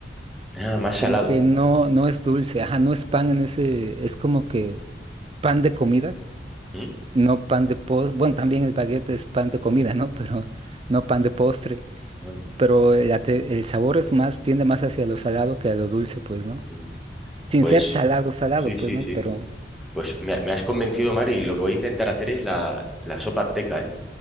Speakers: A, in the centre; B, on the right.
A: Ah, más salado.
B: Como que no, no es dulce, ajá, no es pan en ese, es como que pan de comida,
A: ¿Mm?
B: no pan de postre. Bueno, también el baguette es pan de comida, ¿no? <laughs> Pero no pan de postre.
A: Bueno,
B: Pero el, ate- el sabor es más, tiende más hacia lo salado que a lo dulce, pues, ¿no?
A: mm,
B: Sin
A: Pues
B: ser salado, salado,
A: sí,
B: pues,
A: sí,
B: ¿no?
A: sí.
B: Pero
A: Pues me, me has convencido, Mari, y lo que voy a intentar hacer es la, la sopa azteca, ¿eh?